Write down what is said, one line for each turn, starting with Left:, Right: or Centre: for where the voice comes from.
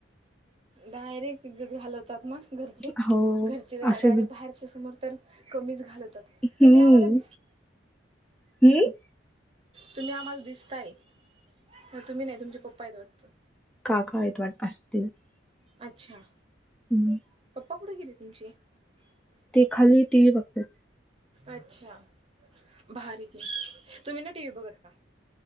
Right: डायरेक्ट इज्जत घालव तात ना घरचे
Centre: हो
Right: घरचे जरा
Centre: असेच
Right: डारेक्ट बाहेरच्या समोर तर कमीच घालवतात. तुम्ही
Centre: हम्म
Right: आम्हाला <inaudible>
Centre: <inaudible>
Right: तुम्ही आम्हाला दिसताय. हो तुम्ही नाही तुमचे पप्पा येत वाटत.
Centre: काका आहेत <unintelligible>
Right: अच्छा!
Centre: <unintelligible>
Right: पा कुठं गेली तुमची <unintelligible>
Centre: ते खाली टी व्ही बघत्यात
Right: अच्छा भारी घ ये तुम्ही ना टी व्ही बघत का?